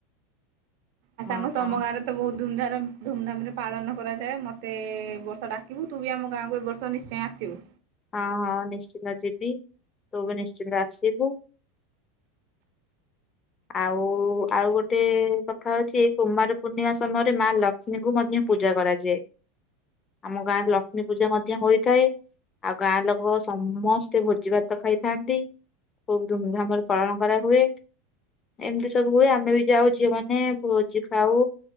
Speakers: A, on the right; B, on the left.
A: ଆଉ ସାଙ୍ଗ
B: ହଁ
A: ତମ
B: ହଁ।
A: ଗାଁରେ ତ ବହୁତ ଧୁମଧାମ ଧୁମଧାମ ରେ ପାଳନ କରାଯାଏ ମତେ ବର୍ଷ ଡାକିବୁ ତୁ ବି ଆମ ଗାଁକୁ ଏ ବର୍ଷ ନିଶ୍ଚୟ ଆସିବୁ
B: ହଁ ହଁ ନିଶ୍ଚିନ୍ତ ଯିବି ତୁ ବି ନିଶ୍ଚିନ୍ତ ଆସିବୁ ଆଉ ଆଉ ଗୋଟେ କଥା ହଉଛି କୁମାର ପୂର୍ଣ୍ଣିମା ସମୟରେ ମା ଲକ୍ଷ୍ମୀଙ୍କୁ ମଧ୍ୟ ପୂଜା କରାଯାଏ ଆମ ଗାଁରେ ଲକ୍ଷ୍ମୀ ପୂଜା ମଧ୍ୟ ହୋଇଥାଏ। ଆଉ ଗାଁ ଲୋକ ସମସ୍ତେ ଭୋଜି ଭାତ ଖାଇଥାନ୍ତି ଖୁବ ଧୁମଧାମରେ ପାଳନ କରାହୁୁଏ ଏମିତି ସବୁ ହୁଏ ଆମେ ବି ଯାଉ ଝିଅ ମାନ ଭୋଜି ଖାଉ